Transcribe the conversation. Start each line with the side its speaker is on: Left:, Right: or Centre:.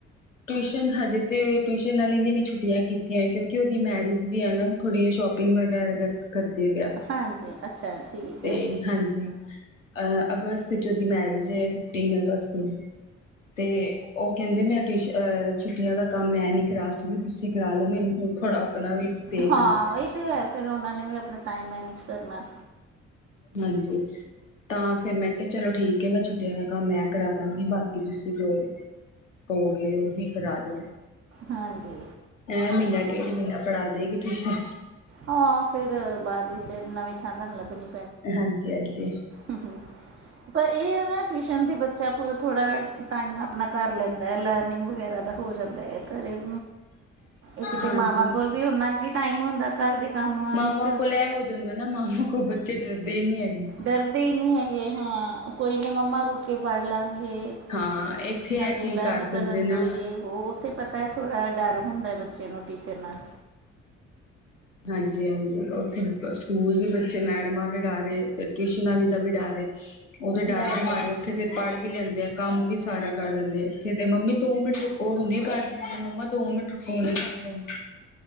Left: ਟਿਊਸ਼ਨ ਹਜੇ ਤੇ ਟਿਊਸ਼ਨ ਨਾਲ ਇਹਨੇ ਵੀ ਛੁੱਟੀਆਂ ਕੀਤੀਆਂ ਕਿਉਂਕਿ ਉਹਦੀ ਮੈਰਿਜ ਵੀ ਹੈ ਨਾ। ਥੋੜ੍ਹੀ ਜਿਹੀ ਸ਼ੋਪਿੰਗ ਵਗੈਰਾ ਕਰ ਕਰਦੀ ਪਿਆ
Right: ਹਾਂਜੀ ਅੱਛਾ ਠੀਕ
Left: ਤੇ
Right: ਹੈ
Left: ਹਾਂਜੀ, ਅ ਅਗਸਤ ਵਿੱਚ ਉਹਦੀ ਮੈਰਿਜ ਏ, ਫਿਫਟੀਨ ਅਗਸਤ ਨੂੰ। ਤੇ ਉਹ ਕਹਿੰਦੇ ਮੈਂ ਟਿਊਸ਼ਨ ਛੁੱਟੀਆਂ ਦਾ ਕੰਮ ਮੈਂ ਨਹੀਂ ਕਰਾ ਸਕਦੀ, ਤੁਸੀਂ ਕਰਾ ਲਓ, ਮੈਨੂੰ ਹੁਣ ਥੋੜ੍ਹਾ ਆਪਣਾ ਵੀ ਦੇਖਣਾ
Right: ਹਾਂ ਇਹੀ ਤੇ ਹੈ, ਫਿਰ ਉਹਨਾਂ ਨੇ ਵੀ ਆਪਣਾ ਟਾਈਮ ਮੈਨੇਜ ਕਰਨਾ।
Left: ਹਾਂਜੀ, ਤਾਂ ਫੇਰ ਮੈਂ ਕਿਹਾ ਚਲੋ ਠੀਕ ਐ, ਮੈਂ ਛੁੱਟੀਆਂ ਦਾ ਕੰਮ ਮੈਂ ਕਰਾ ਦਾਂਗੀ, ਬਾਕੀ ਤੁਸੀਂ ਜੋ ਹੋ ਗਏ, ਉਹੀ ਕਰਾ ਦੋ
Right: ਹਾਂਜੀ,
Left: ਐਹ ਮਹੀਨਾ ਡੇਢ ਮਹੀਨਾ ਪੜ੍ਹਾਦੇਗੀ ਟੂਸ਼ਨ।
Right: ਹਾਂ, ਫੇਰ ਬਾਅਦ ਵਿੱਚ ਨਵੀਂ ਥਾਂ ਤੁਹਾਨੂੰ ਲੱਭਣੀ
Left: ਹਾਂਜੀ -ਹਾਂਜੀ।
Right: ਹੂੰ- ਹੂੰ ਪਰ ਇਹ ਹੈ ਨਾ ਟਿਊਸ਼ਨ ਤੇ ਬੱਚਾ ਥੋੜ੍ਹਾ ਟਾਈਮ ਆਪਣਾ ਕਰ ਲੈਂਦਾ, ਲਰਨਿੰਗ ਵਗੈਰਾ ਦਾ। ਹੋ ਜਾਂਦਾ ਏ, ਘਰੇ ਇੱਕ ਤਾਂ
Left: ਹਾਂਜੀ
Right: ਮਾਵਾਂ ਕੋਲ ਵੀ ਓਨਾ ਕੁ ਟਾਈਮ ਹੁੰਦਾ। ਘਰ ਦੇ ਕੰਮਾਂ
Left: ਮਾਵਾਂ
Right: ਵਿੱਚ
Left: ਕੋਲ ਇਹ ਹੋ ਜਾਂਦਾ ਨਾ, ਮਾਵਾਂ ਕੋਲ ਬੱਚੇ ਡਰਦੇ ਨੀ ਹੈਗੇ।
Right: ਡਰਦੇ ਹੀ ਨਹੀਂ ਹੈਗੇ ਹਾਂ ਕੋਈ ਨੀ ਮੰਮਾ ਰੁਕ ਕੇ ਪੜ੍ਹ ਲਾਂਗੇ।
Left: ਹਾਂ ਇੱਥੇ
Right: ਹਜੇ
Left: ਇਹ ਚੀਜ਼
Right: ਲਰਨ
Left: ਕਰ
Right: ਕਰਨ
Left: ਦਿੰਦੇ ਨਾ
Right: ਦੋ ਜਿਹ ਉਹ ਉੱਥੇ ਪਤਾ ਹੈ, ਥੋੜ੍ਹਾ ਡਰ ਹੁੰਦਾ ਬੱਚੇ ਨੂੰ ਟੀਚਰ ਨਾਲ।
Left: ਹਾਂਜੀ -ਹਾਂਜੀ ਉੱਥੇ ਸਕੂਲ ਵੀ ਬੱਚੇ ਮੈਡਮਾਂ ਦੇ ਡਰ ਏ, ਟਿਊਸ਼ਨ ਵਾਲੀ ਦਾ ਵੀ ਡਰ ਏ। ਉਹ ਤੇ ਡਰਦੇ
Right: ਡਰ
Left: ਮਾਰੇ
Right: ਵਾ
Left: ਉੱਥੇ ਫੇਰ ਪੜ੍ਹ ਵੀ ਲੈਂਦੇ ਆ, ਕੰਮ ਵੀ ਸਾਰਾ ਕਰ ਦਿੰਦੇ ਆ, ਇੱਥੇ ਤੇ ਮੰਮੀ ਦੋ ਮਿੰਟ ਰੁ ਉਹ ਹੁਣੇ ਕਰ ਲੈਂਦੀ ਐ, ਮੰਮਾ ਦੋ ਮਿੰਟ ਰੁੱਕੋ ਹੁਣੇ ਕਰ ਲੈਂਦੇ।